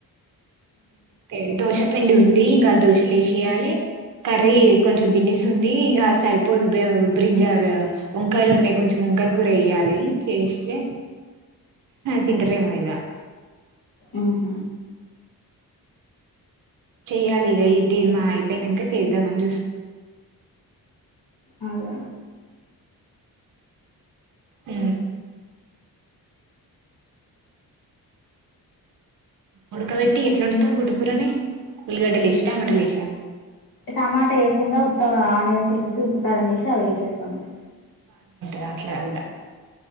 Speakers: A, on the right (about 55°); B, on the left (about 70°).
A: తెలీ దోశపిండి ఉంది గాల్ దోశలేసియాలే కర్రీ కొంచెం బిన్నిస్ ఉంది ఇంక సరిపోదు బ్రింగ్జా వంకాయలు ఉన్నాయి కొంచెం వంకాయ కూర వేయాలి చేస్తే తింటారేమో ఇక
B: ఆహ
A: చెయ్యాలిగా ఇది మా అయిపోయినంక చేద్దామని జూస్
B: అదే అదే
A: ఊ ఉడకబెట్టి ఎట్లా ఒండుతవ్ గుడ్డుకూరని ఉల్లిగడ్డలేశా టమటలేశా
B: టమాటా వేయకుండా ఉత్త ఆనియన్స్ ఏసి ఉపకారం వేసి అవి వేసేస్తం అంతే
A: రాట్ల గూడ